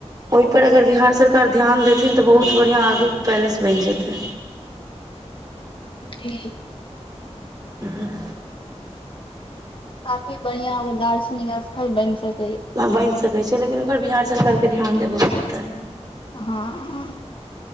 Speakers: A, on the right (about 35°); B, on the left (about 45°).
A: पर अगर बिहार सरकार ध्यान देथिन तऽ बहुत बढ़िआँ आगू पैलेस बइन जेतै।
B: जी
A: हुम
B: काफी बढ़िया ओ दार्शनिक स्थल बन सकै
A: बनि सकैत छैय लेकिन ओहिपर बिहार सरकारके ध्यान देवन पड़तैन
B: हा आ